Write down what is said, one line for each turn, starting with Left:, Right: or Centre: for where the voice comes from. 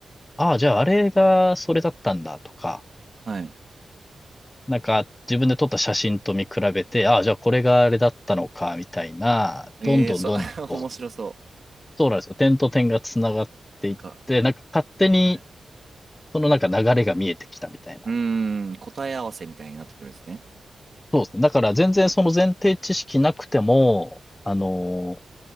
Left: ああ、じゃああれがそれだったんだとか、
Right: はい。
Left: なんか自分で撮った写真と見比べて、ああ、じゃあこれがあれだったのか、みたいな、
Right: ええー、
Left: どんどんどんどんこう、
Right: そ、<laughs> 面白そう。
Left: そうなんですよ。点と点がつながっていって、
Right: なんか、
Left: なんか勝手に
Right: はい。
Left: そのなんか流れが見えてきたみたいな
Right: うーん、答え合わせみたいになってくるんですね。
Left: そうですね。だから全然その前提知識なくても、あのー